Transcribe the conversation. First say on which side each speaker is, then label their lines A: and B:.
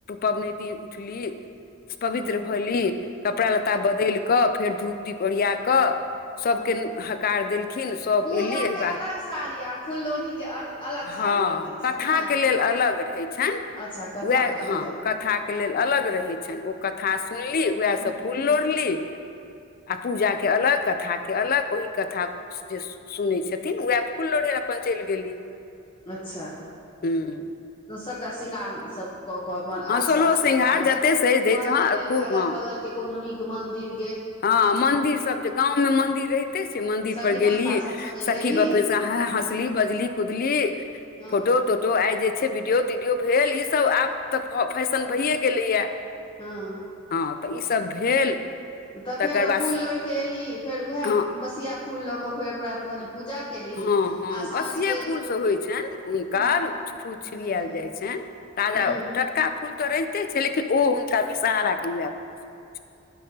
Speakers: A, on the left (about 45°); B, on the left (about 25°).
A: पबनैतिन उठली पवित्र।
B: हँ
A: धली कपड़ा लत्ता बदलि कऽ फेर धूप दीप ओरिया क सभ
B: हँ
A: के हकार देलखिन सभ
B: पूजाके
A: एयली एहि बात
B: अलग साड़ी आर फुललोढ़ीके अलग
A: ह,
B: साड़ी रहै छै
A: कथाके
B: ने
A: लेलऽ अलग रहैत छनि
B: अच्छा कथाके
A: उएह हँ
B: अलग
A: कथा कथा के लेलऽ अलग रहै छनि ओ कथा सुनली उएहसँ
B: हूँ
A: फूल लोढ़ली आ पूजाके अलग कथा के अलग ओहि कथा जे सुनै छथिन, उएह फूल लोरे अपन चलि गेली।
B: अच्छा।
A: हूँ।
B: तऽ सभटा शृंगार सभ कऽ अपन
A: हँ
B: आस
A: सोलहो
B: पास
A: सिंघार
B: के
A: जते सजि धैज
B: मदिर
A: हँ खूब
B: अगल बगल के कोनो नीक मंदिर
A: ह, मंदिर सभ जे गाव मंदिर रहिते छै मंदिर
B: सखी
A: पर
B: बहिनपा
A: गेलिय
B: सभ सङ्गे
A: सखी
B: गेली
A: बपू हँसली बजली कुदली
B: हँ
A: फोटो तोटो आइ जे। वीडियो तीडियो भेल ई सभ आब तऽ फैशन भइए गेलै
B: हँ
A: हँ तऽ ई सभ भेल
B: त
A: तकर
B: फेर ओ
A: बाद
B: फूल लोड़ि कऽ अयली फेर उएह
A: हँ
B: बसिया फूल लऽ कऽ फेर प्रात भने पूजा केली
A: ह, ह
B: आ साँझके
A: बसिये फूलसँ होइ छनि हुनकर
B: ह
A: फूल
B: ह
A: छिड़ियाल जाइ छनि ताजा
B: ह ह
A: टटका फूल तऽ रहिते छै लेकिन ओ हुनका विषहाराके उएह। सभ